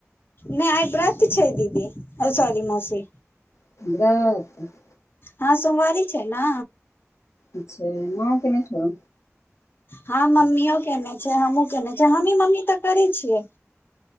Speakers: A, on the left; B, on the left.
A: नय आइ ब्रत छै दीदी। ओ सॉरी मौसी।
B: व्रत?
A: हँ सोमवारी छै न।
B: अच्छा। मां केने छौ?
A: हँ मम्मीयो केने छै। हमहुँ केने छि। हमही मम्मी तऽ करे छियै।